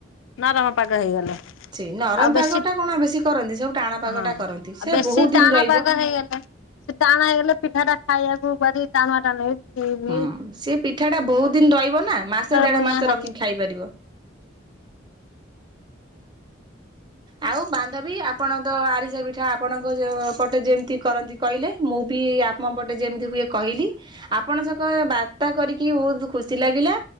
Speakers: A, on the left; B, on the right.
A: ନରମ ପାଗ ହେଇଗଲେ।
B: ସେଇ ନରମ
A: ଆଉ
B: ପାଗ
A: ବେଶୀ।
B: ଟା କଣ ବେଶୀ କରନ୍ତି ସବୁ ଟାଣ ପାଗ
A: ହଁ ଆଉ
B: ଟା କରନ୍ତି ସେ
A: ବେଶୀ
B: ବହୁତ ଦିନ
A: ଟାଣ
B: ରହିବ।
A: ପାଗ ହେଇଗଲା। ସେ ଟାଣ ହେଇଗଲେ ପିଠା ଟା ଖାଇବାକୁ ଭାରି ଟାଣୁଆ ଟା <unintelligible>
B: ହୁଁ ସେ ପିଠାଟା ବହୁତ ଦିନ ରହିବ ନା ମାସେ ଦେଢ
A: ପୁଣିଆ
B: ମାସ
A: ଖାଲି
B: ରଖିକି ଖାଇପାରିବ। <inaudible> ଆଉ ବାନ୍ଧବୀ ଆପଣ ତ ଆରିସା ପିଠା ଆପଣଙ୍କ ପଟେ ଯେମିତି କରନ୍ତି କହିଲେ ମୁଁ ବି ଆମ ପଟେ ଯେମିତି ହୁଏ କହିଲି ଆପଣକ ସହ ବାର୍ତ୍ତା କରିକି ବହୁତ ଖୁସି ଲାଗିଲା।